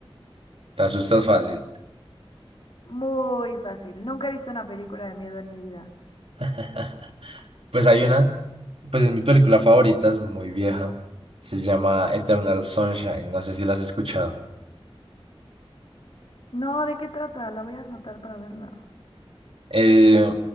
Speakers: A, on the right; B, on the left.
A: ¿Te asustas fácil?
B: Muy fácil. Nunca he visto una película de miedo en mi vida.
A: <laughs> Pues hay una, pues es mi película favorita, es muy vieja. Se llama Eternal Sunshine. No sé si la has escuchado.
B: No, ¿de qué trata? La voy a anotar para verla.
A: Eh,